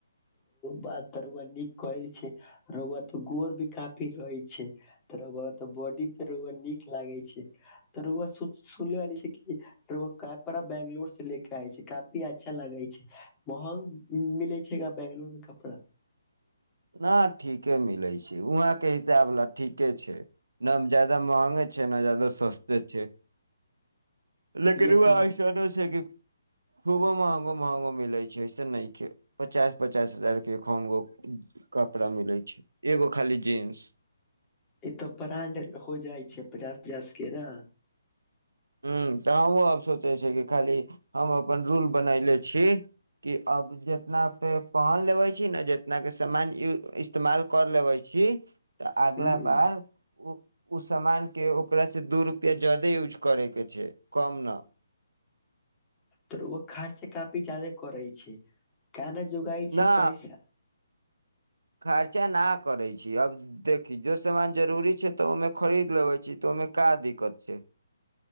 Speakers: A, on the left; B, on the right.
A: बात तरआ नीक कहै छै रुआ ते गोर भी काफी रहे छै तआ त बॉडी पेआ नीक लागे छै त रआ सुनल छैड़ा बंगलोर से ले के आय छै काफी अच्छा लागे छै महंग मिले छै बैंगलुर में कपड़ा
B: न ठीके मिलै छै वहाँके हिसाब लऽ ठीके छै ने जादा महंगे छै ने जादा सस्ते छै लेकिनुआ
A: ये तऽ
B: आइशनो छै कि खूबो महंगो महंगो मिलै छै ऐसे नहि पचास पचास हजार के एखन गो कपड़ा मिलै छै एगो खाली जींस
A: ई तऽ ब्रां्ड हो जाइ छै पचास पचास के ने
B: ह्म तऽ हमहूँ आब सोचै छै कि खाली हम अपन रूल बनयले छी कि आब जितना पे पहन लेबै छी ने जितने सामान इस्तेमाल कर लेबै छी तऽ अगला
A: ह
B: बार ओ ओ सामान के ओकरा से दू रुपआ जााद यूज करयके छै कम न
A: तऽ ओ खाइ के पिछे खर्चा काफी जादे करै छै कना जोगाय छै
B: न
A: पैसा
B: खर्चा न करै छी अब देखी जो सामान जरूरी छै तऽ ओहिमे खरीद लेबै छी तऽ ओहिमे का दिक्कत छै